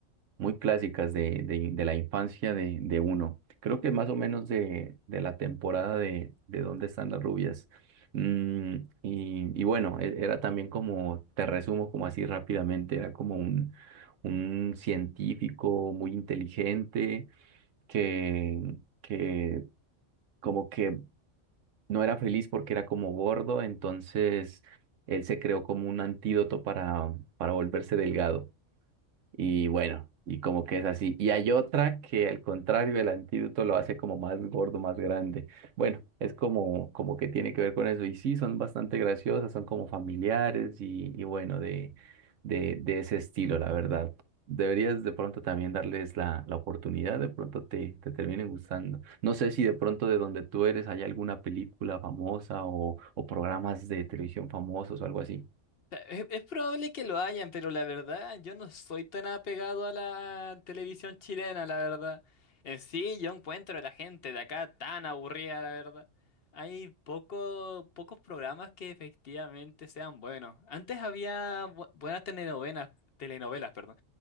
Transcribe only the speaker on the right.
muy clásicas de, de, de la infancia de, de uno. Creo que más o menos de, de la temporada de, de ¿Dónde están las rubias? Mm, y, y bueno, e- era también como, te resumo como así rápidamente, era como un, un científico muy inteligente que, que como que no era feliz porque era como gordo, entonces él se creó como un antídoto para, para volverse delgado. Y bueno, y como que es así. Y hay otra que al contrario, el antídoto lo hace como más gordo, más grande. Bueno, es como, como que tiene que ver con eso. Y sí, son bastante graciosas, son como familiares y, y bueno, de, de, de ese estilo, la verdad. Deberías de pronto también darles la, la oportunidad, de pronto te, te terminen gustando. No sé si de pronto de donde tú eres hay alguna película famosa o, o programas de televisión famosos o algo así.